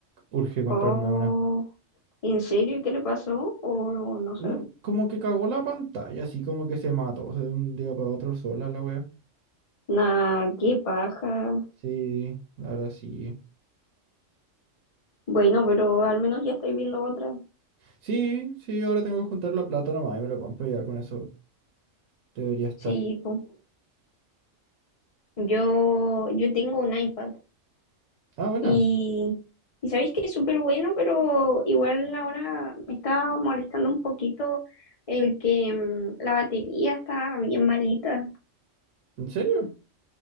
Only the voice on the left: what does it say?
Oh,
¿en serio? ¿Y ¿Qué le pasó? Oh, no sé.
Nah, qué paja.
Bueno, pero al menos ya estoy viendo otra.
Sí, po. Yo, yo tengo un iPad.
Y, y sabéis que es súper bueno, pero igual ahora me está molestando un poquito el que mm, la batería está bien malita.